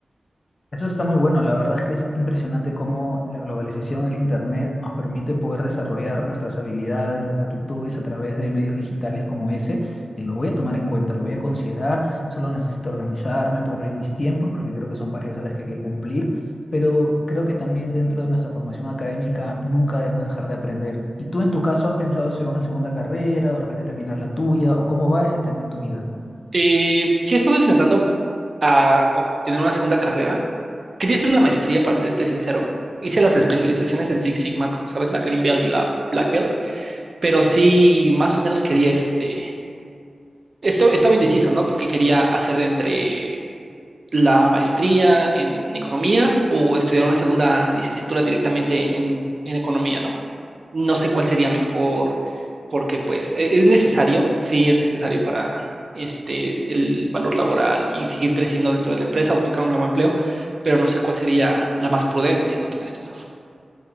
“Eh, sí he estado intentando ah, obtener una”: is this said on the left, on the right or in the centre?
Right